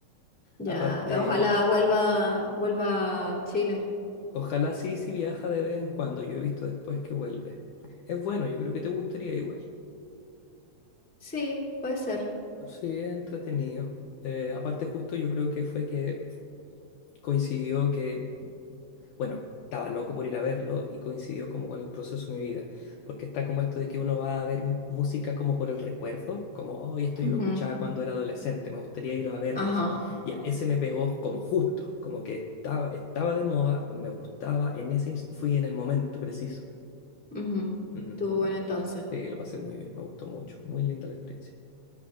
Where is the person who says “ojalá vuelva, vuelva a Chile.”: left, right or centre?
Centre